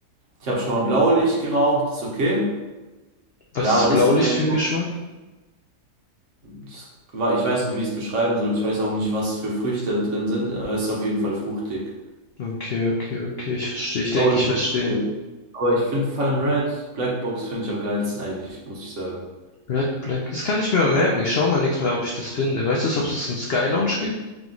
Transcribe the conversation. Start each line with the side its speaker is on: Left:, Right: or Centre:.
Right: Ich habe schon mal Blaulicht geraucht, ist okay.
Left: Was
Right: Ja, aber
Left: ist
Right: das
Left: Blaulicht
Right: sind meine.
Left: für ein Geschmack?
Right: Das war, ich weiß nicht, wie ich es beschreiben soll. Ich weiß auch nicht, was für Früchte da drin sind, aber es ist auf jeden Fall fruchtig.
Left: Okay, okay, okay, ich verstehe. Ich denke,
Right: Blaulicht.
Left: ich verstehe.
Right: Aber ich finde Fallen Red, Blackbox finde ich am geilsten eigentlich, muss ich sagen.
Left: Red Black. Das kann ich mir mal merken. Ich schaue mal nächstes Mal, ob ich das finde. Weißt du, ob es einen Sky Lounge gibt?